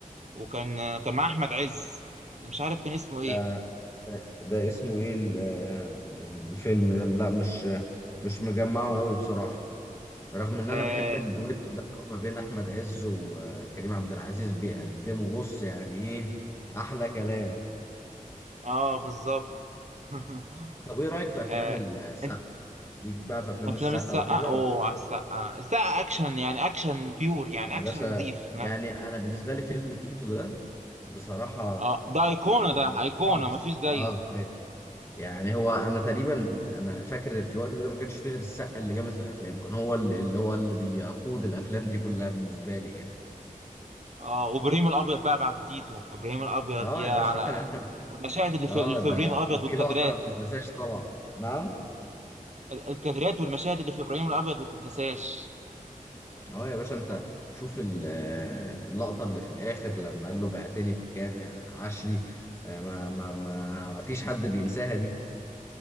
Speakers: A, on the right; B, on the left.
A: وكان كان مع احمد عز مش عارف كان اسمه ايه
B: ده ده, ده اسمه ايه ال- آه، الفيلم ده لا مش مش مجمعه قوي بصراحه رغم ان
A: اه,
B: انا بحب الدويتو ده اللي هو ما بين احمد عز وكريم عبد العزيز بيقدموا بص يعني ايه احلى كلام
A: آه بالظبط <laughs>
B: طب ايه رايك في افلام
A: آه
B: السقا
A: أنت-
B: ليك بقى في افلام
A: افلام
B: السقا
A: السقا
B: وكده
A: اوه
B: ولا
A: على السقا السقا اكشن يعني اكشن بيور يعني
B: يا
A: اكشن
B: باشا
A: نظيف ما...
B: يعني انا بالنسبه لي فيلم تيتو ده بصراحه
A: اه ده ايقونه ده
B: يعني
A: ايقونه
B: مفضل
A: مفيش زيه
B: اه ايوه يعني هو انا تقريبا انا فاكر في الوقت ده ما كانش فيه غير السقا اللي جامد في الافلام كان هو اللي اللي هو اللي بيقود الافلام دي كلها بالنسبه لي يعني
A: اه وابراهيم الابيض بقى بعد تيتو ابراهيم الابيض
B: اه
A: يا
B: يا
A: على
B: باشا <laughs>
A: والمشاهد اللي
B: اه
A: في, اللي
B: ده
A: في ابراهيم الابيض
B: وفي
A: والكادرات
B: لقطة ما بتتنساش طبعا نعم
A: ال- الكادرات والمشاهد اللي في ابراهيم الابيض ما تنتساش
B: اه يا باشا انت شوف ال- اللقطة اللي في الآخر لما قال له بعتني بكام يا عشري آه، ما ما ما ما فيش حد بينساها دي